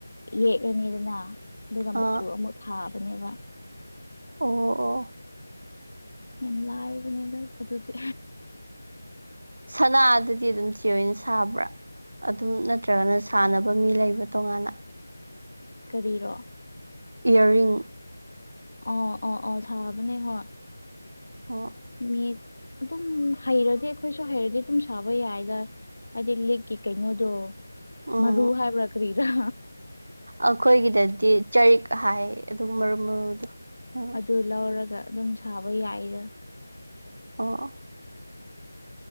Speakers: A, on the left; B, on the right.
A: ꯌꯦꯛꯂꯅꯤꯗꯅ ꯑꯗꯨꯒ
B: ꯑꯥ
A: ꯃꯆꯨ ꯑꯃꯨꯛ ꯊꯥꯕꯅꯦꯕ
B: ꯑꯣ ꯑꯣ
A: ꯌꯥꯝ ꯂꯥꯏꯕꯅꯤꯗ ꯑꯗꯨꯗꯤ
B: ꯁꯅꯥ ꯗꯨꯗꯤ ꯑꯗꯨꯝ ꯆꯦ ꯍꯣꯏꯅ ꯁꯥꯕ꯭ꯔꯥ ꯑꯗꯨꯝ ꯅꯠꯇ꯭ꯔꯒꯅ ꯁꯥꯟꯅꯕ ꯃꯤ ꯂꯩꯕ꯭ꯔꯥ ꯇꯣꯉꯥꯟꯅ
A: ꯀꯔꯤꯔꯣ
B: ꯏꯌꯥꯔꯤꯡ
A: ꯑꯣ ꯑꯣ ꯑꯣ ꯁꯥꯕꯅꯦ ꯍꯣꯏ
B: ꯑꯣ
A: ꯃꯤ ꯑꯗꯨꯝ ꯍꯩꯔꯗꯤ ꯑꯩꯈꯣꯏꯁꯨ ꯍꯩꯔꯗꯤ ꯑꯗꯨꯝ ꯁꯥꯕ ꯌꯥꯏꯗ ꯍꯥꯏꯗꯤ ꯂꯤꯛꯀꯤ ꯀꯩꯅꯣꯗꯣ
B: ꯎꯝ
A: ꯃꯔꯨ ꯍꯥꯏꯕ꯭ꯔꯥ ꯀꯔꯤꯔ
B: ꯑꯩꯈꯣꯏꯒꯤꯗꯗꯤ ꯆꯔꯤꯛ ꯍꯥꯏ ꯑꯗꯨꯝ ꯃꯔꯨ ꯃꯔꯨꯗꯣ ꯑ
A: ꯗꯨ ꯂꯧꯔꯒ ꯑꯗꯨꯝ ꯁꯥꯕ ꯌꯥꯏꯗ
B: ꯑꯣ ꯑꯣ